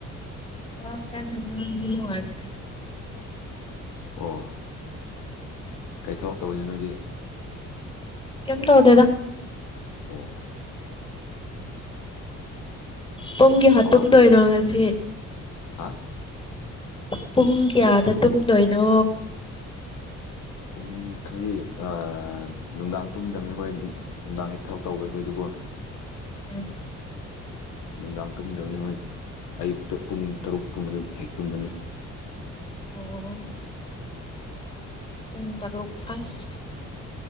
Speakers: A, on the left; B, on the left.
A: ꯋꯥ ꯀꯟꯅ ꯅꯗ꯭ꯔꯦ <inaudible> nungaitre--꯫
B: ꯑꯣ--꯫ ꯀꯩ ꯊꯕꯛ ꯇꯧꯤꯅꯣ ꯅꯣꯏꯒꯤ꯫
A: ꯀꯝꯇ ꯍꯗꯦꯗ꯫
B: ꯑꯣ--꯫
A: ꯄꯨꯡ ꯀꯌꯗ
B: ꯑꯋꯥ
A: ꯇꯨꯝꯗꯣꯏꯩꯅꯣ ꯉꯁꯤ꯫
B: ꯍꯥ--꯫
A: ꯄꯨꯡ ꯀꯌꯥꯗ ꯇꯨꯝꯗꯣꯏꯅꯣ
B: ꯄꯨꯡ ꯊꯔꯤ ꯑꯥ ꯅꯨꯡꯗꯥꯡ ꯇꯨꯝꯗꯝꯅꯤ ꯑꯩꯈꯣꯏ ꯅꯨꯡꯗꯥꯡ ꯍꯦꯛ ꯊꯕꯛ ꯇꯧꯕꯩ ꯑꯩꯈꯣꯏꯗꯨꯒ‌ꯣ
A: ꯎꯝ
B: ꯅꯨꯡꯗꯥꯡ ꯇꯨꯝꯗꯕꯅꯤ ꯍꯣꯏ ꯑꯌꯨꯛꯇ ꯄꯨꯡ ꯇꯔꯨꯛꯀꯨꯝꯕꯗ ꯍꯦꯛ ꯇꯨꯝꯕꯅꯤ
A: ꯑꯣ ꯄꯨꯡ ꯇꯔꯨꯛ ꯑꯩꯁ